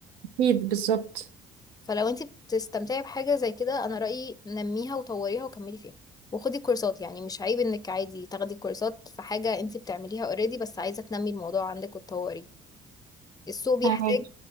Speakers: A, on the right (about 85°); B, on the left (about 20°).
A: اكيد بالظبط
B: فلو انتي بتستمتعي بحاجة زي كده انا رأيي نميها وطوريها وكملي فيها وخدي كورسات يعني مش عيب انك عادي تاخدي كورسات في حاجة انتي بتعمليها اوريدي بس عايزة تنمي الموضوع عندك وتطوريه السوق بيحتاج
A: فاهمك